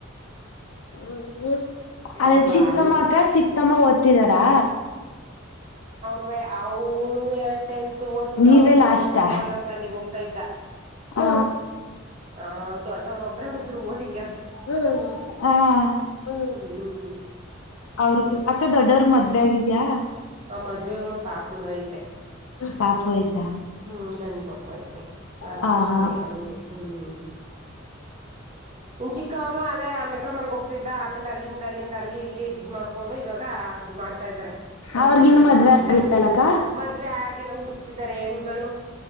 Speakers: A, on the left (about 85°); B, on the right (about 35°).
A: ಹ್ಮ. ಅದೇ
B: ಇದ್ರು
A: ಚಿತ್ತಮ್ಮ
B: ಆರ್ಮಿ
A: ಅಕ್ಕ ಚಿತ್ತಮ್ಮ ಓದ್ತಿದಾರಾ.
B: ಅವ್ನು ಟತ್ ಓದ್ಬಿಟ್ಟು
A: ನೀವೇ
B: ಅವ್ನು
A: ಲಾಸ್ಟಾ
B: ಮೆಟ್ರೋ ಮಾಲ್ ಅಂತ ಅಲ್ಲಿಗ್ ಹೋಗ್ತ. ಇದ್ದ
A: ಹ
B: ಆ ದೊಡ್ಡವರೊಬ್ಬ್ರ ಒಂಜರು ಓದಿಕ್ಕೆ.
A: ಹೂ ಹಾ. ಹ್ಮ
B: ಹ್ಮ್
A: ಅವ್ರ ಅಕ್ಕ ದೊಡ್ಡವ್ರ ಮದ್ವೆ ಆಗಿದ್ಯಾ.
B: ಆ ಮದ್ವೆಗ ಒಂದ್ ಪಾಪುನು ಐತೆ.
A: ಪಾಪು ಆಯ್ತಾ.
B: ಹ್ಮ್ ಗಂಡು ಪಾಪ ಐತೆ ನಾಲ್ಕು
A: ಹ
B: ವರ್ಷನೇನ
A: ಹ
B: ಅವನ್ಗೆ ಹ್ಮ್. ಇನ್ ಚಿಕ್ಕವನು ಅದೇ ಆ ಮೆಟ್ರೋ ಮಲ್ ಹೋಗ್ತ ಇದಿದ್ದ ಆಮೇಲೆ ಅಲ್ಲಿಂದ ಅಲ್ಲಿಂದ ಅಲ್ಲಿ ಇಲ್ಲಿ ಇದ್ ಮಾಡ್ಕೊಂಡ. ಇವಾಗ ಅದು ಮಾಡ್ತಾ ಇದ್ದಾರೆ ಜಮೋಟೋನು
A: ಅವ್ರಿಗಿನ್ನು ಮದ್ವೆ
B: ಆ ಬ್ಲಾಂಕೆಟ್
A: ಆಗಿಲ್ಲಕ್ಕ
B: ಮದುವೆ ಆಗು. ಹುಡುಕ್ತಿದ್ದಾರೆ ಹೆಣ್ಗಳು.